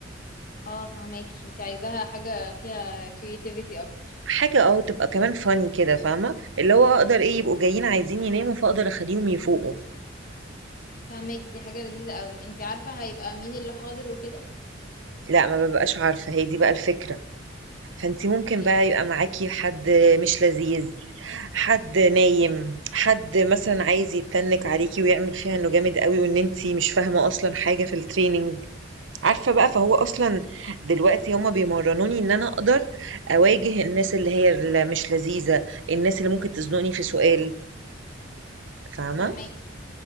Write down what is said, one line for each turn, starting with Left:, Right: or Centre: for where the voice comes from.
Left: اه فهماكي انتي عايزاها حاجة فيها creativity اكتر
Right: حاجة آه، تبقى كمان funny كده فاهمة، اللي هو أقدر إيه، يبقوا جايين عايزين يناموا فأقدر أخلّيهم يفوقوا،
Left: فهماكي دي حاجة لذيذة قوي انتي عارفة هيبقى مين اللي حاضر وكده
Right: لأ ما بابقاش عارفة، هي دي بقى الفكرة، فأنتِ ممكن
Left: اوكي
Right: بقى يبقى معاكِ حد مش لذيذ، حد نايم، حد مثلًا عايز يتنِّك عليكِ ويعمل فيها إنه جامد أوي وإن أنتِ مش فاهمة أصلًا حاجة في الtraining. عارفة بقى فهو أصلا دلوقتي هما بيمرنوني إن أنا أقدر أواجه الناس اللي هي اللي مش لذيذة الناس اللي ممكن تزنقني في سؤال فاهمة
Left: فهماكي